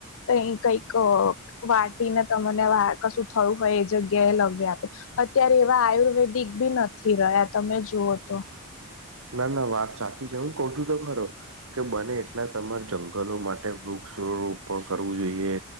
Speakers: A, on the left; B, on the right.
A: તઈ કઈક વાટીને તમને વાર કશું થયું હોય એ જગ્યાએ લગે આપે, અત્યારે એવા આયુર્વેદિક ભી નથી રહ્યા. તમે જુઓ તો
B: ના, ના વાત સાચી છે. હું કઉ છું તો ખરો કે બને એટલા તમારે જંગલો માટે વૃક્ષ રોપણ કરવું જોઈએ.